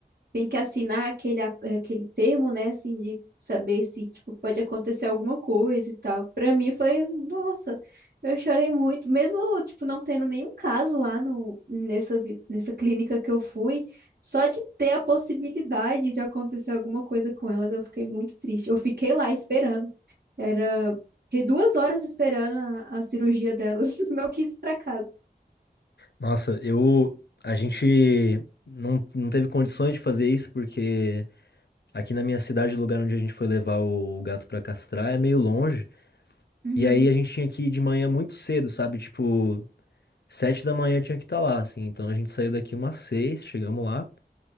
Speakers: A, on the right; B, on the left.
A: tem que assinar aquele, a- aquele termo, né? Assim, de saber se, tipo, pode acontecer alguma coisa e tal. Pra mim foi, nossa, eu chorei muito. Mesmo, tipo, não tendo nenhum caso lá no, nessa, vi- nessa clínica que eu fui, só de ter a possibilidade de acontecer alguma coisa com elas, eu fiquei muito triste. Eu fiquei lá esperando. Era. Fiquei duas horas esperando a, a cirurgia delas. <laughs> Não quis ir pra casa.
B: Nossa, eu. A gente não, não teve condições de fazer isso, porque aqui na minha cidade, o lugar onde a gente foi levar o gato pra castrar é meio longe.
A: Uhum,
B: E aí a gente tinha que ir de manhã muito cedo, sabe? Tipo, sete da manhã tinha que estar lá, assim. Então a gente saiu daqui umas seis, chegamos lá.